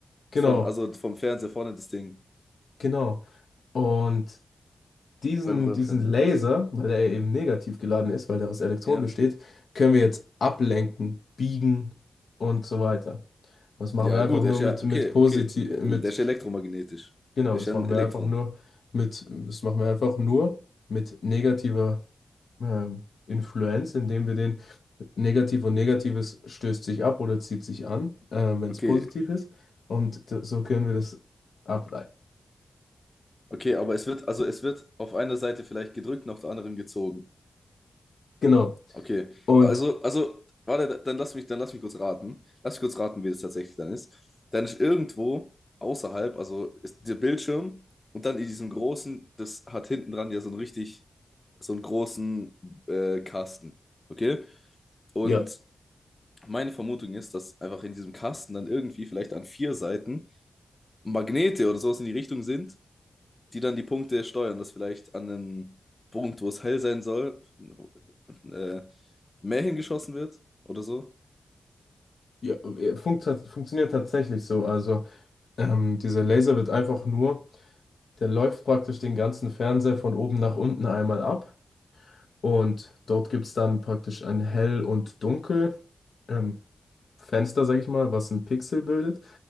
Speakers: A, on the left; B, on the left.
A: genau,
B: Von, also vom Fernseher vorne das Ding.
A: genau. Und diesen,
B: Beim Röhrenfernseher
A: diesen Laser,
B: halt.
A: weil er eben negativ geladen ist, weil der aus Elektronen
B: Ja.
A: besteht, können wir jetzt ablenken, biegen und so weiter. Das machen
B: Ja,
A: wir
B: gut,
A: einfach nur
B: er ist ja,
A: mit,
B: okay,
A: mit positiv,
B: okay, der
A: mit,
B: ist ja elektromagnetisch.
A: genau,
B: Der
A: das
B: ist ja
A: machen
B: ein Elektron.
A: wir einfach nur mit, das machen wir einfach nur mit negativer ähm, Influenz, indem wir den negativ und negatives stößt sich ab oder zieht sich an, äh, wenn
B: Okay,
A: es positiv ist. Und d- so können wir das ableiten.
B: okay, aber es wird, also es wird auf einer Seite vielleicht gedrückt und auf der anderen gezogen.
A: Genau.
B: Okay,
A: Und
B: also, also, warte, dann lass mich, dann lass mich kurz raten. Lass mich kurz raten, wie das tatsächlich dann ist. Dann ist irgendwo außerhalb, also ist der Bildschirm und dann in diesem großen, das hat hinten dran ja so einen richtig, so einen großen äh, Kasten. Okay? Und
A: ja,
B: Meine Vermutung ist, dass einfach in diesem Kasten dann irgendwie vielleicht an vier Seiten Magnete oder sowas in die Richtung sind, die dann die Punkte steuern, dass vielleicht an einem Punkt, wo es hell sein soll, äh, mehr hingeschossen wird oder so.
A: ja, funktioniert, funktioniert tatsächlich so. Also Ähm, dieser Laser wird einfach nur, der läuft praktisch den ganzen Fernseher von oben nach unten einmal ab und dort gibt es dann praktisch ein Hell- und Dunkel, ähm, Fenster, sag ich mal, was ein Pixel bildet.